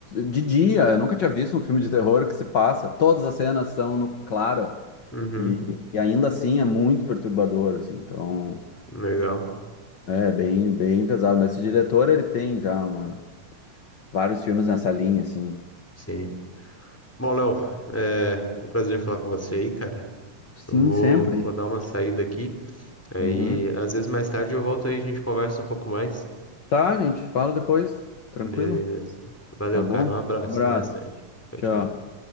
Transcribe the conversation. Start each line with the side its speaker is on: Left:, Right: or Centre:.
Left: de dia. Eu nunca tinha visto um filme de terror que se passa. Todas as cenas são no clara
Centre: Uhum.
Left: e, e ainda assim é muito perturbador, assim. Então,
Centre: Legal.
Left: é bem, bem pesado. Mas esse diretor, ele tem já uma- vários filmes nessa linha, assim.
Centre: Sim. Bom, Léo, é um prazer falar com você aí, cara.
Left: Sim,
Centre: Eu vou,
Left: sempre.
Centre: vou dar uma saída aqui. Aí,
Left: Uhum.
Centre: às vezes mais tarde eu volto aí, a gente conversa um pouco mais.
Left: Tá, gente, fala depois. Tranquilo?
Centre: Beleza. Valeu,
Left: Tá bom?
Centre: cara. Um abraço.
Left: abraço.
Centre: Até mais tarde. Tchau,
Left: Tchau.
Centre: tchau.